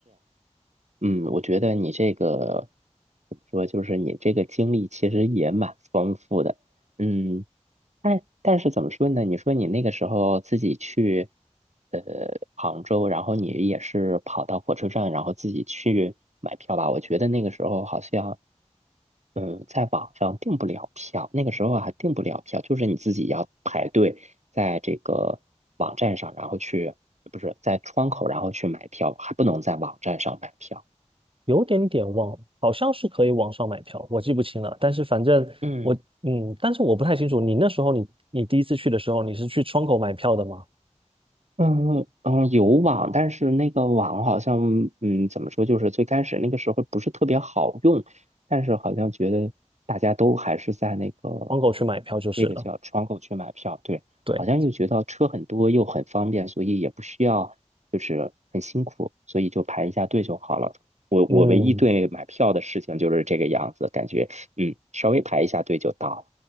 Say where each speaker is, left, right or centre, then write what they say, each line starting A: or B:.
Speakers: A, on the right (about 70°); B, on the right (about 45°).
A: 嗯，我觉得你这个怎么说？就是你这个经历其实也蛮丰富的。嗯，但但是怎么说呢？你说你那个时候自己去呃杭州，然后你也是跑到火车站，然后自己去买票吧？我觉得那个时候好像。嗯，在网上订不了票，那个时候还订不了票，就是你自己要排队在这个网站上，然后去，不是在窗口，然后去买票，还不能在网站上买票。
B: 有点点忘了，好像是可以网上买票，我记不清了。但是反正我，
A: 嗯。
B: 嗯，但是我不太清楚，你那时候你你第一次去的时候，你是去窗口买票的吗？
A: 嗯嗯，有网，但是那个网好像，嗯，怎么说，就是最开始那个时候不是特别好用，但是好像觉得大家都还是在那个
B: 窗口去买票就是了。
A: 那个叫窗口去买票，对，
B: 对，
A: 好像又觉得车很多又很方便，所以也不需要就是很辛苦，所以就排一下队就好了。我我唯一对买票的事情就是这个样子，
B: 嗯，
A: 感觉嗯，稍微排一下队就到了。